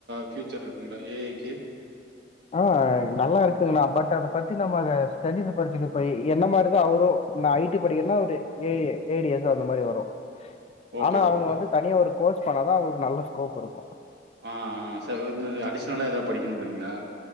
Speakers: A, on the right (about 60°); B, on the left (about 35°).
A: ஃப்யூச்சர்ருக்குங்ளா ஏ ஐ க்கு
B: அ நல்லா இருக்குங்கண்ணா பட் அத பத்தி நம்ம அத ஸ்டடினு படிச்சிட்டு ஃபை என்ன மாரிதா அவரு நா ஐ டி படிக்கறன்னா அவுரு A I, A D S அந்த மாரி வரு
A: ஓகே,
B: ஆனா அவுங்க
A: ஓகே.
B: வந்து தனியா ஒரு கோர்ஸ் பண்ணாதா அவுங்களுக்கு நல்ல ஸ்கோப் இருக்கு
A: அ அ சர் இவுங்க அடிஷ்னலா எதா படிக்கணுங்கிறீங்ளா